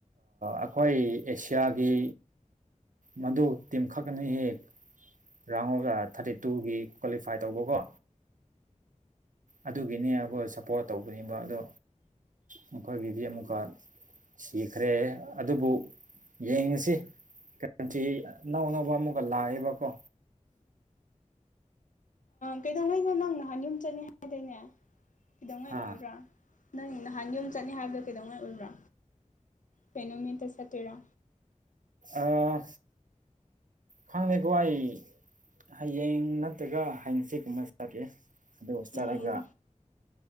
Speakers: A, on the right (about 80°); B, on the left (about 75°).
A: ꯑꯩꯈꯣꯏ ꯑꯦꯁꯤꯌꯥꯒꯤ ꯃꯗꯨ ꯇꯤꯝꯈꯛꯅ ꯍꯑꯥ ꯔꯥꯎꯟ ꯑꯣꯐ ꯊꯥꯔꯇꯤ ꯇꯨꯒꯤ ꯀ꯭ꯋꯥꯂꯤꯐꯥꯏ ꯇꯧꯕꯀꯣ ꯑꯗꯨꯒꯤꯅꯦ ꯑꯩꯈꯣꯏ ꯁꯞꯄꯣꯔꯠ ꯇꯧꯕꯅꯦꯕ ꯑꯗꯣ ꯃꯈꯀꯣꯏꯒꯤꯗꯤ ꯑꯃꯨꯀ ꯁꯤꯈ꯭ꯔꯦ ꯑꯗꯨꯕꯨ ꯌꯦꯡꯉꯁꯤ ꯇꯤ ꯑꯅꯧ ꯑꯅꯧꯕ ꯑꯃꯨꯛꯀ ꯂꯥꯛꯑꯦꯕꯀꯣ
B: ꯀꯩꯗꯧꯉꯩꯈꯣ ꯅꯪ ꯅꯍꯥꯟ ꯌꯨꯝ ꯆꯠꯅꯤ ꯍꯥꯏꯗꯣꯏꯅꯦ ꯀꯩꯗꯧꯉꯩ
A: ꯍꯥ
B: ꯑꯣꯏꯕ꯭ꯔꯥ ꯅꯪ ꯅꯍꯥꯟ ꯌꯣꯨꯝꯝ ꯆꯠꯅꯤ ꯍꯥꯏꯕꯗꯣ ꯀꯩꯗꯧꯉꯥꯏ ꯎꯕ꯭ꯔꯥ ꯀꯩꯅꯩꯅꯣꯃꯤꯠꯇ ꯆꯠꯇꯣꯏꯔꯥ
A: ꯑꯥ ꯈꯪꯗꯦꯀꯣ ꯑꯩ ꯍꯌꯦꯡ ꯅꯠꯇ꯭ꯔꯒ ꯍꯌꯦꯡꯁꯦꯀꯨꯝꯕ ꯆꯠꯀꯦ ꯑꯗꯨꯗ ꯍꯁ
B: ꯍꯌꯦꯡ
A: ꯆꯂꯒ